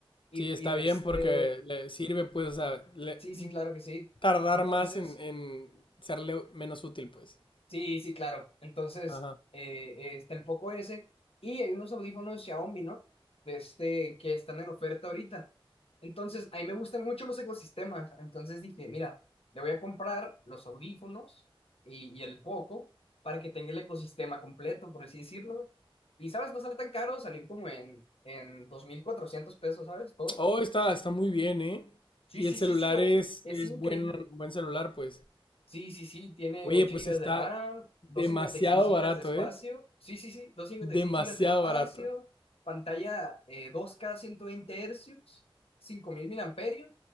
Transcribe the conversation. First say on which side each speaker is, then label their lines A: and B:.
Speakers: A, on the left (about 80°); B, on the left (about 60°).
A: Y,
B: Sí, está
A: y de
B: bien
A: este,
B: porque le sirve, pues, o sea, le...
A: sí, sí, claro que sí.
B: tardar
A: Entonces,
B: más en, en serle menos útil, pues.
A: sí, sí, claro. Entonces,
B: Ajá.
A: eh, eh, está el Poco ese y hay unos audífonos Xiaomi, ¿no? De este, que están en oferta ahorita. Entonces, a mí me gustan mucho los ecosistemas. Entonces dije, mira, le voy a comprar los audífonos y, y el Poco para que tenga el ecosistema completo, por así decirlo. Y, ¿sabes? No sale tan caro, salió como en, en 2.400 pesos, ¿sabes? Todo.
B: Oh, está, está muy bien, ¿eh?
A: Sí,
B: Y
A: sí,
B: el celular
A: sí, sí, o-
B: es,
A: es
B: es
A: increíble.
B: buen, buen celular, pues.
A: Sí, sí, sí, tiene
B: Oye,
A: 8
B: pues
A: gigas
B: está
A: de RAM,
B: demasiado
A: 256 gigas
B: barato,
A: de espacio.
B: ¿eh?
A: Sí, sí, sí, 256
B: Demasiado
A: gigas de espacio,
B: barato.
A: pantalla eh, 2K 120 Hz, 5000 miliamperios